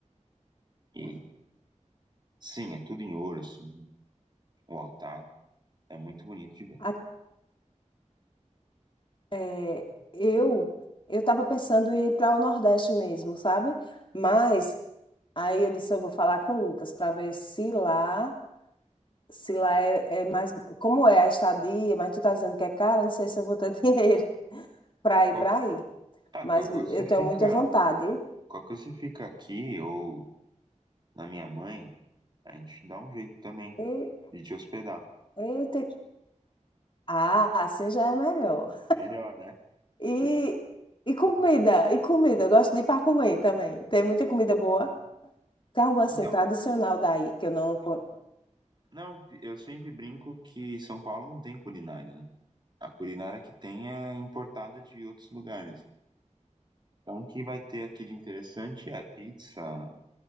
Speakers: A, on the right (about 35°); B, on the left (about 40°).
A: E Sim, é tudo em ouro, assim, o altar. É muito bonito de ver.
B: a- é, eu eu estava pensando em ir para o Nordeste mesmo, sabe? Mas aí eu disse, eu vou falar com o Lucas para ver se lá se lá é, é mais. Como é a estadia, mas tu tá dizendo que é caro, não sei se eu vou ter <laughs> dinheiro para ir
A: Qual-
B: para aí.
A: Ah,
B: Mas
A: qualquer coisa
B: eu
A: você fica,
B: tenho muita vontade.
A: qualquer coisa você fica aqui ou na minha mãe, a gente dá um jeito também
B: E,
A: de te hospedar.
B: eita. Ah, assim já é melhor.
A: Melhor, né?
B: E, e comida, e comida. Eu gosto de ir para comer também. Tem muita comida boa. Tem algo assim
A: Então,
B: tradicional daí que eu não. con-
A: não, eu sempre brinco que São Paulo não tem culinária, né? A culinária que tem é importada de outros lugares. Então, o que vai ter aqui de interessante é pizza,